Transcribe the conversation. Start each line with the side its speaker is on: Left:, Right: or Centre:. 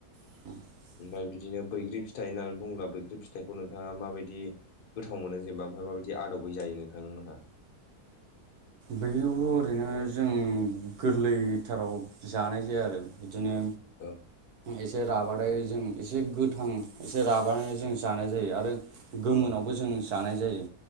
Right: <unintelligible>
Left: ओमफ्राय बिदिनो बैग्रि फिथाइ होननानै बुङोब्ला बैग्रि फिथाइखौ नोंथाङा माबायदि गोथाव मोनो जेनेबा ओमफ्राय माबायदि आदबै जायो नोंथांमोनहा
Right: बैग्रिखौ ओरैनो जों गोरलैथाराव जानाय जाया आरो बिदिनो
Left: औ
Right: एसे राबाथाय जों एसे गोथां एसे राबानो जों जानाय जायो आरो गोमोनावबो
Left: औ
Right: जों जानाय जायो।